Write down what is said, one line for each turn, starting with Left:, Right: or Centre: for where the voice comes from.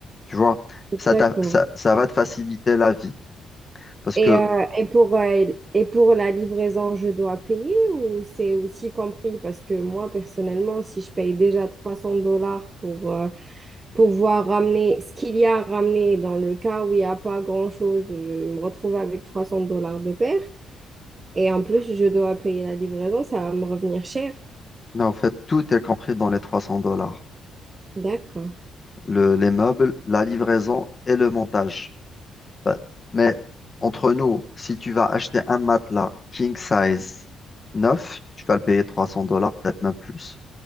Left: Tu vois, ça,
Right: D'accord.
Left: t'a- ça, ça va te faciliter la vie. Parce
Right: Et,
Left: que,
Right: euh, et pour, euh, et pour la livraison, je dois payer ou c'est aussi compris? Parce que moi, personnellement, si je paye déjà 300 dollars pour... euh, pouvoir ramener ce qu'il y a à ramener dans le cas où il n'y a pas grand-chose, je me retrouve avec 300 dollars de perte. Et en plus, je dois payer la livraison, ça va me revenir cher.
Left: non, en fait, tout est compris dans les 300 dollars.
Right: D'accord.
Left: Le, les meubles, la livraison et le montage. Bah, Mais entre nous, si tu vas acheter un matelas king size neuf, tu vas le payer 300 dollars, peut-être même plus.